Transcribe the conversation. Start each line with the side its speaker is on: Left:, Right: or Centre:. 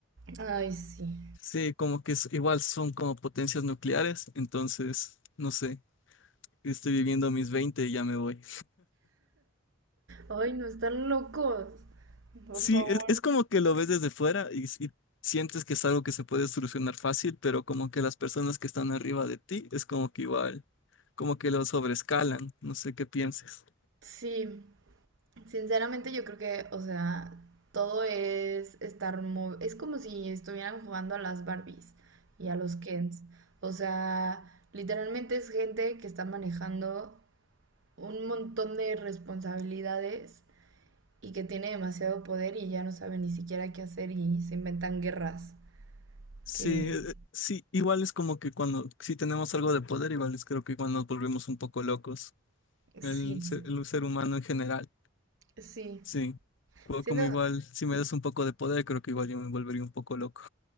Right: Ay, sí.
Left: Sí, como que es- igual son como potencias nucleares, entonces, no sé, estoy viviendo mis 20 y ya me voy.
Right: Ay, no están locos. Por
Left: Sí,
Right: favor.
Left: es, es como que lo ves desde fuera y, y sientes que es algo que se puede solucionar fácil, pero como que las personas que están arriba de ti es como que igual, como que lo sobrescalan, no sé qué pienses.
Right: Sí, Sinceramente yo creo que, o sea, todo es estar... mo- Es como si estuvieran jugando a las Barbies y a los Kens. O sea, literalmente es gente que está manejando un montón de responsabilidades y que tiene demasiado poder y ya no sabe ni siquiera qué hacer y se inventan guerras.
Left: Sí,
Right: Que...
Left: eh, sí, igual es como que cuando, si tenemos algo de poder, igual es creo que igual nos volvemos un poco locos,
Right: Sí,
Left: el, ser- el ser humano en general.
Right: sí.
Left: Sí, o
Right: Siento,
Left: como igual, si me das un poco de poder, creo que igual yo me volvería un poco loco.